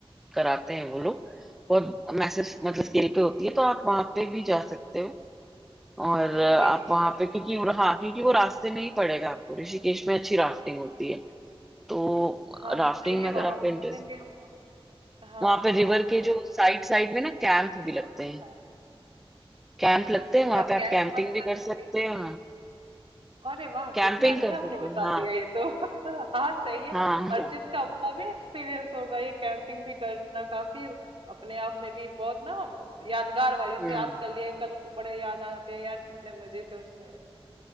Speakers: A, in the centre; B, on the right.
A: कराते हैं वो लोग बहुत मैसेज मतलब स्केल पे होती है तो आप वहां पे भी जा सकते हो और
B: ऋषिकेश
A: अ, आप
B: में
A: वहां पे क्योंकि हाँ
B: हम्म।
A: क्योंकि वो रास्ते में ही पड़ेगा आपको ऋषिकेश में अच्छी राफ्टिंग होती है तो
B: हाँ
A: राफ्टिंग
B: तो सही है
A: में अगर
B: वहां
A: आपका
B: भी
A: इंटरेस्ट
B: बोलेंगे हम लोग हाँ
A: वहां पे
B: हाँ
A: रिवर
B: हाँ
A: के जो साइड साइड में ना कैंप भी
B: हाँ,
A: लगते हैं
B: हाँ।
A: कैंप लगते हैं
B: अच्छा
A: वहां पे आप
B: कैंप
A: कैंपिंग
B: मत
A: भी
B: कर
A: कर सकते हो
B: अरे वाह
A: कैंपिंग
B: कितना अच्छा
A: कर सकते
B: आपने बता
A: हैं हाँ
B: दिया ये तो <laughs> हाँ सही है
A: हाँ
B: हर
A: हाँ,
B: चीज का अपना भी एक्सपीरियंस होगा ये कैंपिंग भी करना काफी अपने आप में भी बहुत ना यादगार वाली जैसे
A: हम्म
B: आज कर लिए कल को बड़े याद आते हैं यार कितने मजे थे उसमें है